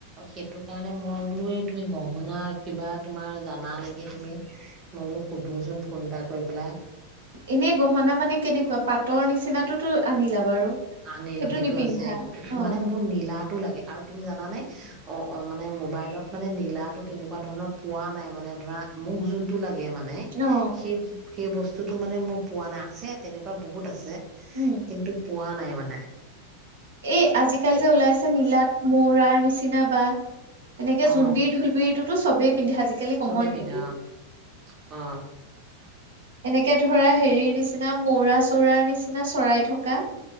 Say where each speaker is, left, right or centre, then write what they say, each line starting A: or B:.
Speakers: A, on the right; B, on the right.
A: সেইটো কাৰণে মই বোলো এই তুমি গহনা কিবা তোমাৰ জানা নেকি তুমি মই বোলো সুধোচোন ফোন এটা কৰি পেলাই।
B: এনেই গহনা মানে কেনেকুৱা পাটৰ নিচিনাটো তো আনিলা বাৰু।
A: আনিলো সেইটো
B: নিপিন্ধা।
A: আছে
B: অ
A: মানে মোৰ নীলাটো লাগে আৰু তুমি জানানে অ অ মানে মোবাইলত মানে নীলাটো তেনেকুৱা ধৰণৰ পোৱা নাই মানে ধৰা মোক যোনটো লাগে মানে মানে
B: অ
A: সেই সেই বস্তুতো মানে মই পোৱা নাই আছে তেনেকুৱা বহুত আছে।
B: উম।
A: কিন্তু পোৱা নাই মানে
B: এ আজিকালি যে ওলাইছে নীলাত মৌ ৰাৰ নিচিনা বা এনেকে
A: অ
B: জোনবিৰি ঢোলবিৰি টো চবেই পিন্ধে আজিকালি কমন
A: চবেই পিন্ধে
B: সেইটো।
A: অ', অ'।
B: এনেকে ধৰা হেৰিৰ নিচ নিচিনা মৌৰা চৌৰাৰ নিচিনা চৰাই থকা